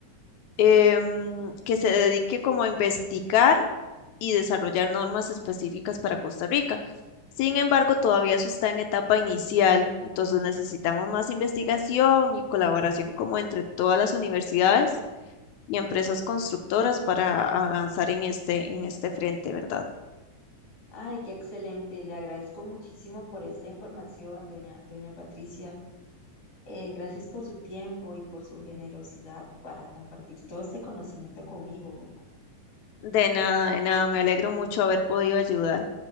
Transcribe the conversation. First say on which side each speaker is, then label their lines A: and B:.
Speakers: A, on the left (about 80°); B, on the left (about 30°).
A: em, que se dedique como a investigar y desarrollar normas específicas para Costa Rica. Sin embargo, todavía eso está en etapa inicial, entonces necesitamos más investigación y colaboración como entre todas las universidades y empresas constructoras para avanzar en este, en este frente, ¿verdad?
B: Ay, qué excelente. Le agradezco muchísimo por esta información, doña, doña Patricia. Eh, gracias por su tiempo y por su generosidad para compartir todo este conocimiento conmigo, ¿verdad?
A: De nada, de nada, me alegro mucho haber podido ayudar.